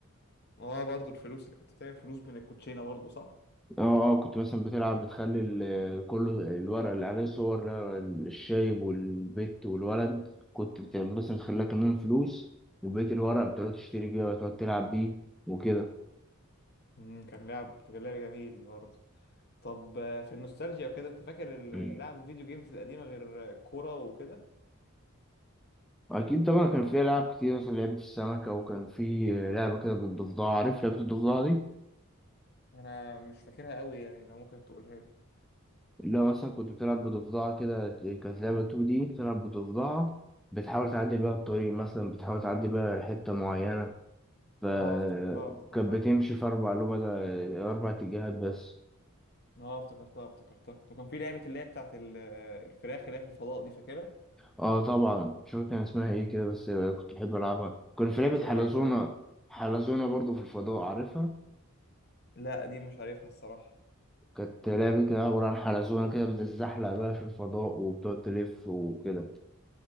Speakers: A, on the left (about 50°); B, in the centre.
A: اه برضو الفلوس اللي كنت بتعمل فلوس من الكوتشينه برضو صح
B: اه اه كنت مثلا بتلعب بتخلي ال- كل الورق اللي عليه صور ال- الشايب والبت والولد كنت بت- مثلا تخليها كمان فلوس وبقية الورق بتقعد تشتري بيه وتقعد تلعب بيه وكده
A: امم كان لعب كان لعب جميل برضو طب آه، في النوستالجيا وكده انت فاكر ال-
B: مم.
A: لعب الفيديو جيمز القديمه غير الكوره وكده
B: أكيد طبعا كان في ألعاب كتير مثلا لعبة السمكة وكان في لعبة كده بالضفدعة عارف لعبة الضفدعة دي؟
A: انا مش فاكرها قوي يعني لو ممكن تقولها لي
B: اللي هو مثلا كنت بتلعب بضفدعة كده كانت لعبة 2D بتلعب بضفدعة بتحاول تعدي بيها الطريق مثلا بتحاول تعدي بيها حتة معينة فكانت
A: اه افتكرتها افتكرتها
B: بتمشي في أربع لوبة أربع اتجاهات بس
A: اه افتكرتها افتكرتها وكان في لعبه اللي هي بتاعت ال- آه، الفراخ اللي هي في الفضاء دي فاكرها
B: اه طبعا مش فاكر كان اسمها
A: كان
B: ايه كده بس كنت بحب ألعبها كان في لعبة
A: كانت لعبه
B: حلزونة
A: جامده
B: حلزونة برضو في الفضاء عارفها
A: لا دي مش عارفها الصراحه
B: كانت لعبة كده عبارة عن حلزونة كده بتتزحلق بقى في الفضاء وبتقعد تلف وكده